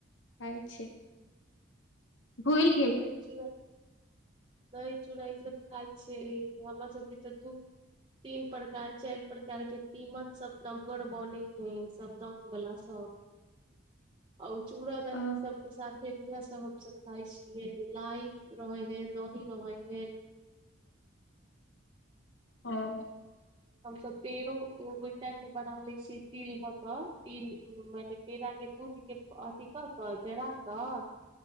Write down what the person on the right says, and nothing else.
दही चूड़ा <unintelligible> दही चूड़ा ई सब खाइ छै हमर सबके तऽ दूध तीन प्रकार चाइर प्रकार के तीमन सब दमगर बने है सब दम वला सब
और चूड़ा दही
सबके साथे उहे सब हमसब खाय छियै लाइ रहै है दही रहै है
हमसब पेड़ो ओहि टाइम मे बना लै छीयै तिल धऽ कऽ तिल मने पेड़ा के दूध के अथी कऽ कऽ जरा कऽ